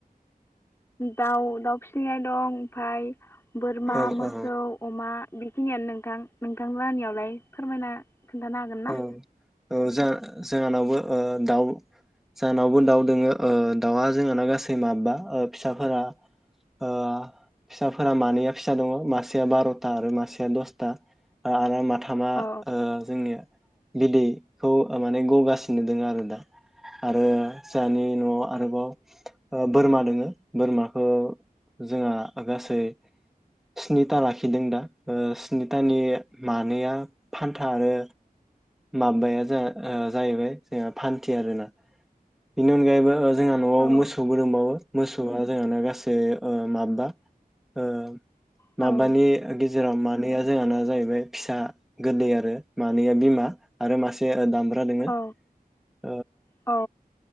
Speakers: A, on the left; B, in the centre.
A: दाउ दाउ फिसिनाय दं ओमफाय बोरमा
B: औ
A: मोसौ
B: औ
A: अमा बेखिनियानो नोंथां नोंथां लाहानियावलाय फोरमायना खोन्थानो हागोन ना?
B: औ औ जा जहानावबो ओ दाउ जहानावबो दाउ दङो ओ दाउआ जोंहाना गासै माबबा ओ फिसाफोरा ओ फिसाफोरा मानैया फिसा दङ मासेया बार'था आरो मासेया दसथा ओ आरो मा थामा
A: औ
B: ओ जोंनिया बिदैखौ माने गगासिनो दङ आरो दा आरो जोंहानि न'आ आरोबाव ओ बोरमा दोङो । बोरमाखौ जोंहा गासै स्निथा लाखिदों दा ओ स्निथानि मानैया फान्था आरो माबाया जोहा ओ जाहैबाय जोंहा फान्थि आरो ना । बिनि अनगायैबो ओ जोंहा न'आव
A: औ
B: मोसौ दंबावो । मोसौआ जोंहाना गासै ओ माबबा ।ओ -
A: औ
B: माबानि जेराव मानैया जोंहाना जाहैबाय फिसा गोदै आरो मानैया बिमा आरो मासे दामब <unintelligible>
A: औ औ।